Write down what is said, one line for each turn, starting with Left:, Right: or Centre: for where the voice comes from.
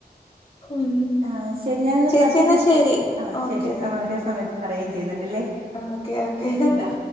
Left: ഉം
Right: ആഹ് ശെരി ഞാനൊന്ന്
Left: ചേച്ചി
Right: കട്ടെയ്തിട്ട്
Left: എന്നാ ശരി
Right: ആഹ്
Left: ഓക്കെ
Right: ശെരി നമ്മള് ഒരേ സമയത്ത് പറയും ചെയ്യുന്നുണ്ടല്ലേ
Left: ആഹ് ഓക്കെ
Right: ശരിയടാ
Left: ഓക്കെ